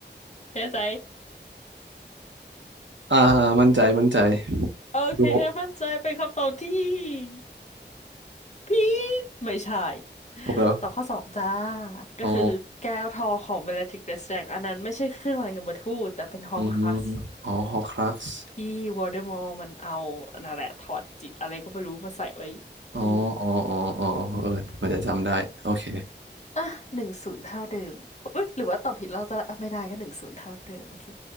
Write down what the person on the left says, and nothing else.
แน่ใจ
โอเคมั่นใจเป็นคำตอบที่
ผิดไม่ใช่
ตอบข้อสองจ้าก็คือแก้วทองของเบลลาทริกซ์แดสแดงอันนั้นไม่ใช่เครื่องรางยมทูตแต่เป็นฮอร์ครักซ์
ที่วอลเดอมอร์มันเอานั่นแหละถอดจิตอะไรก็ไม่รู้มาใส่ไว้
อืมอ่ะหนึ่งศูนย์เท่าเดิมอุ๊ยหรือว่าตอบผิดแล้วเราจะอ่ะไม่ได้ก็หนึ่งศูนย์เท่าเดิมโอเค